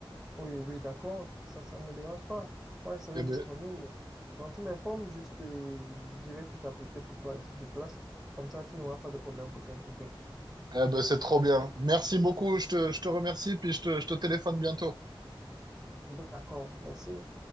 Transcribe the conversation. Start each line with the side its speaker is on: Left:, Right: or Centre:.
Centre: Oui, oui, d'accord, ça, ça ne me dérange pas. Moi, je serai
Right: Eh
Centre: disponible.
Right: ben,
Centre: Donc, tu m'informes juste, euh, je vais tout apprêter pour toi ici sur place. Comme ça, tu n'auras pas de problème pour t'impliquer.
Right: eh ben, c'est trop bien. Merci beaucoup. Je te, je te remercie, puis je te, je te téléphone bientôt.
Centre: D'accord, merci.